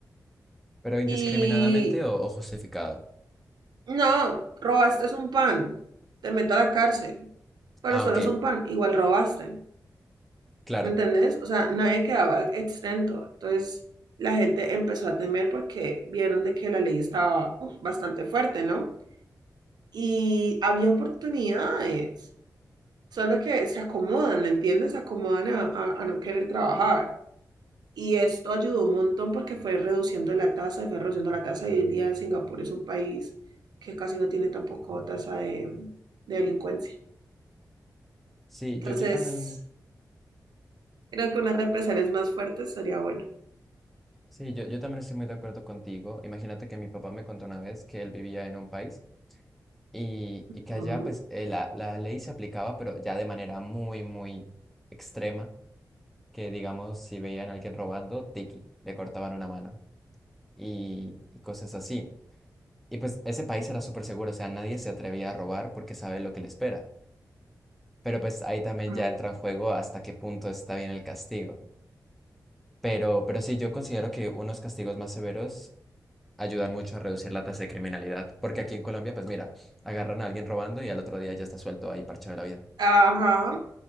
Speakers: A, in the centre; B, on the right (about 80°).
A: pero indiscriminadamente
B: Y
A: o o justificado.
B: No, robaste es un pan. Te meto a la cárcel. Pero
A: Ah,
B: solo
A: ok,
B: es un pan. Igual robaste.
A: claro.
B: ¿me ¿Entendés? O sea, nadie quedaba exento. Entonces, la gente empezó a temer porque vieron de que la ley estaba uf, bastante fuerte, ¿no? Y había oportunidades. Solo que se acomodan, ¿me entiendes? Se acomodan a, a- a no querer trabajar. Y esto ayudó un montón porque fue reduciendo la tasa, y fue reduciendo la tasa y hoy en día Singapur es un país que casi no tiene tampoco tasa de, de delincuencia.
A: Sí,
B: Entonces,
A: yo, yo también,
B: creo que unas represalias más fuertes sería bueno.
A: sí, yo, yo también estoy muy de acuerdo contigo. Imagínate que mi papá me contó una vez que él vivía en un país y, y que
B: Mm,
A: allá pues eh, la, la ley se aplicaba, pero ya de manera muy, muy extrema, que digamos, si veían a alguien robando, tiki, le cortaban una mano y, y cosas así. Y pues ese país era súper seguro, o sea, nadie se atrevía a robar porque sabe lo que le espera. Pero pues ahí también
B: mm.
A: ya entra en juego hasta qué punto está bien el castigo. Pero, pero sí, yo considero que unos castigos más severos ayudan mucho a reducir la tasa de criminalidad. Porque aquí en Colombia, pues mira, agarran a alguien robando y al otro día ya está suelto ahí parchado de la vida.
B: Ajá,